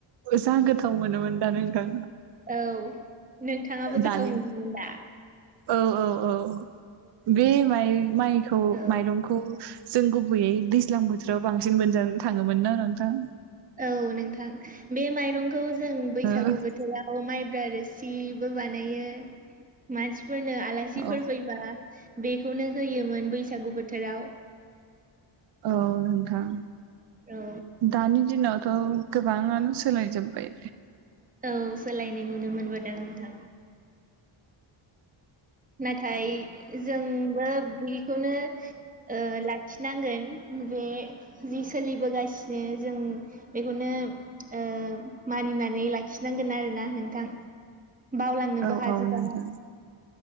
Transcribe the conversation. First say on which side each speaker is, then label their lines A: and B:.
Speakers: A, on the right; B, on the right.
A: जा गोथाव मोनोमोन दा नोंथां
B: औ नोंथाङाबो
A: दानि
B: गोथाव मोनोमोन दा
A: औ औ औ बे माइ माइखौ
B: औ
A: माइरंखौ जों गुबैयै दैज्लां बोथोराव बांसिन मोनजानो थाङोमोन ना नोंथां।
B: औ नोंथां बे माइरंखौ जों बैसागु
A: ओ
B: बोथोराव माइब्रा रोसि बो बानायो मानसिफोरनो आलासिफोर
A: औ
B: फैबा बेखौनो होयोमोन बैसागु बोथोराव
A: औ नोंथां।
B: औ
A: दानि दिनावथ' गोबाङानो सोलायजोब्बाय।
B: औ सोलायनाय नुनो मोनबोदों नोंथां। नाथाय जोंबो बिखौनो ओ लाखि नांगोन बे जि सोलिबोगासिनो जों बेखौनो ओ मानिनानै लाखिनां गोन आरोना नोंथां। बावलांनोबो
A: औ
B: हाजोब
A: औ नोंथां
B: ना।